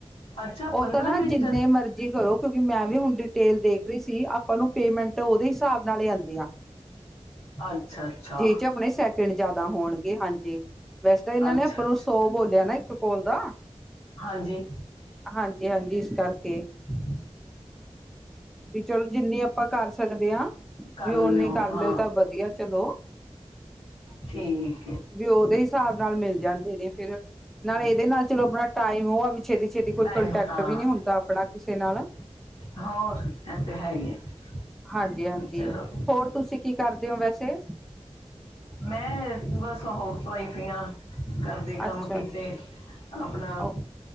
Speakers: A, on the left; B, in the centre.
A: ਅੱਛਾ
B: ਉਹ ਤਾਂ ਨਾ
A: ਮਿੰਟ
B: ਜਿੰਨੇ ਮਰਜ਼ੀ ਜੀ ਕਰੋ ਕਿਉਂਕਿ ਮੈਂ ਵੀ ਹੁਣ ਡਿਟੇਲ ਦੇਖ ਰਹੀ ਸੀ ਆਪਾਂ ਨੂੰ ਪੇਮੈਂਟ ਉਹਦੇ ਹਿਸਾਬ ਨਾਲ ਹੀ ਆਉਂਦੀ ਆ
A: ਅੱਛਾ ਅੱਛਾ
B: ਜੇ ਜੇ ਆਪਣੇ ਸੈ ਕਿਣ ਜਿਆਦਾ ਹੋਣਗੇ ਹਾਂਜੀ ਵੈਸੇ ਤਾਂ ਇਹਨਾਂ
A: ਅੱਛਾ
B: ਨੇ ਆਪਾਂ
A: ਅੱਛਾ
B: ਨੂੰ ਸੌ ਬੋਲਿਆ ਨਾ ਇੱਕ ਕੋਲ ਦਾ
A: ਹਾਂਜੀ।
B: ਹਾਂਜੀ ਹਾਂਜੀ ਇਸ ਕਰਕੇ
A: ਹਮ
B: ਵੀ ਚਲੋ ਜਿੰਨੀ ਆਪਾਂ ਕਰ ਸਕਦੇ ਹਾਂ।
A: ਕਰ
B: ਵੀ ਉਹ
A: ਲਿਓ
B: ਨੀ ਕਰ
A: ਹਾਂ
B: ਲ ਤਾਂ ਵਧੀਆ ਚਲੋ।
A: ਠੀਕ
B: ਵੀ ਉਹਦੇ ਹਿਸਾਬ ਨਾਲ ਮਿਲ ਜਾਂਦੇ ਨੇ ਫੇਰ ਨਾਲ ਇਹਦੇ ਨਾਲ ਚਲੋ ਆਪਣਾ ਟਾਈਮ ਉਹ ਆ ਵੀ। ਛੇਤੀ ਛੇਤੀ ਕੋਈ
A: ਟਾਈਮ
B: ਕੰਟੈਕਟ
A: ਹਾਂ
B: ਵੀ ਨਹੀਂ ਹੁੰਦਾ ਆਪਣਾ ਕਿਸੇ ਨਾਲ।
A: ਹੋਰ ਇਹ ਤੇ ਹੈ ਹੀ ਹੈ।
B: ਹਾਂਜੀ ਹਾਂਜੀ
A: ਚਲੋ
B: ਹੋਰ ਤੁਸੀਂ ਕੀ ਕਰਦੇ ਹੋ ਵੈਸੇ
A: ਮੈਂ ਬਸ ਹਾਊਸ ਵਾਈਫ ਸੀ ਹਾਂ। ਕਰਦੇ ਕੰਮ
B: ਅੱਛਾ
A: ਕੀਤੇ
B: ਅੱਛਾ
A: ਆਪਣਾ।
B: ਓ